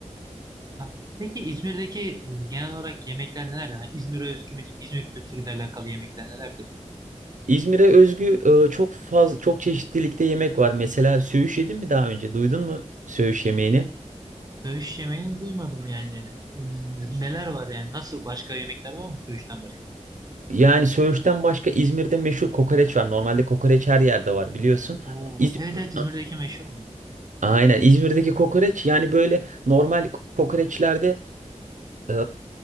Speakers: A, on the right; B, on the right.
A: Ha, Peki İzmir'deki e, genel olarak yemekler nelerdir? Yani İzmir'e özgü mü? diyeyim? İzmir kültürüyle alakalı yemekler nelerdir?
B: İzmir'e özgü e, çok fazla çok çeşitlilikte yemek var. Mesela söğüş yedin mi daha önce? Duydun mu söğüş yemeğini?
A: Söğüş yemeğini duymadım yani. Ee, neler var yani? Nasıl başka yemekler var mı söğüşten başka?
B: Yani söğüşten başka İzmir'de meşhur kokoreç var. Normalde kokoreç her yerde var biliyorsun.
A: Oo,
B: İzmir,
A: evet evet İzmir'deki meşhurmuş.
B: aynen İzmir'deki kokoreç yani böyle normal kokoreçlerde e,